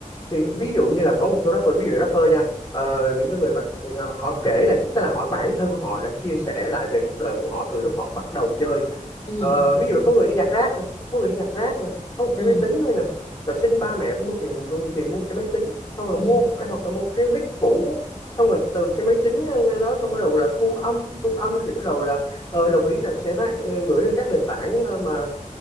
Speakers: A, on the left; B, on the left.
A: thì ví dụ như là có một số rapper ví dụ rapper nha ờ, những cái người mà th- ờ, họ kể là tức là họ bản thân họ đã chia sẻ lại về cuộc đời của họ từ lúc họ bắt đầu chơi
B: ừ
A: Ờ, ví dụ có người đi nhặt rác nè có người đi nhặt rác nè có một
B: ừ
A: cái máy tính thôi nè rồi xin ba mẹ phải mua tiền tiền mua một cái máy tính xong rồi
B: ừ
A: mua một cái hoặc là mua cái mic cũ xong rồi từ cái máy tính ờ, đó xong bắt đầu là thu âm thu âm thì bắt đầu là ờ, đồng ý là sẽ phát ờ, gửi lên các nền tảng ờ, mà